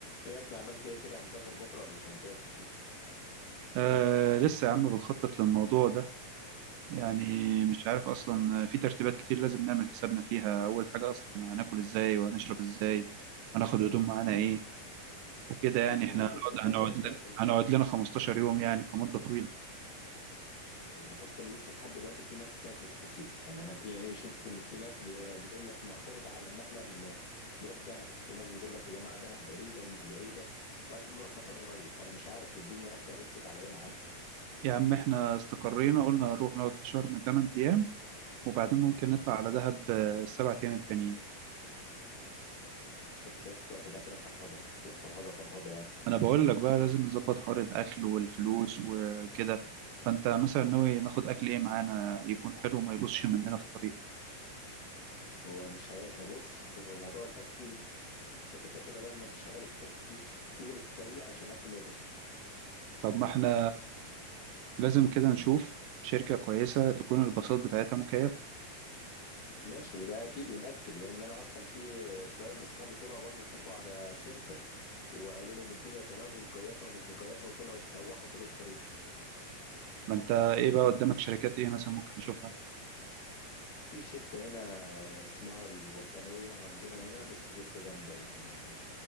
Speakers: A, on the left; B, on the right.
A: ايه يا ابني عملت ايه كده هنسافر بكره ولا مش هنسافر
B: آه لسه يا عم بنخطط للموضوع ده يعني مش عارف أصلا في ترتيبات كتير لازم نعمل حسابنا فيها أول حاجة أصلا هناكل إزاي وهنشرب إزاي هناخد هدوم معانا إيه وكده يعني إحنا
A: هو انت
B: هنقعد
A: اتفقت
B: هنقعد
A: اصلا
B: لنا
A: على-
B: هنقعد لنا 15 يوم يعني في مدة طويلة
A: هو اصلا لسه لحد دلوقتي في ناس فاكس اصلا يعني انا في شفت ان في ناس ب- بتقول لك معترض على ان احنا ن- نروح دهب في ناس بتقول لك يا جماعه دهب بعيده ومش بعيده وعايزين نروح مكان قريب فانا مش عارف الدنيا اصلا رست على ايه معاكم
B: يا عم إحنا استقرينا قلنا هنروح نقعد في شرم 8 أيام وبعدين ممكن نطلع على دهب آه، السبع أيام التانيين
A: بس يا اسطى تبقى كده فرهضه تبقى فرهضه فرهضه يعني
B: أنا بقول لك بقى لازم نظبط حوار الأكل والفلوس وكده فأنت مثلا ناوي ناخد أكل إيه معانا يكون حلو وما يبصش مننا في الطريق
A: هو مش هي... بص هو موضوع الاكل انت كده كده لازم تشغل التكييف طول الطريق عشان الاكل ما يبصش
B: طب ما احنا لازم كده نشوف شركة كويسة تكون الباصات بتاعتها مكيفة
A: ماشي وده اكيد ونأكد لان انا اصلا في شويه من اصحابي طلعوا برضو اتفقوا على شركه وقالوا لهم الدنيا تمام ومكيفه ومش مكيفه وطلعوا اتسوحوا طول الطريق
B: ما انت ايه بقى قدامك شركات ايه مثلا ممكن نشوفها
A: في شركه هنا اسمها الوطنيه عندنا هنا بس شركه جامده يعني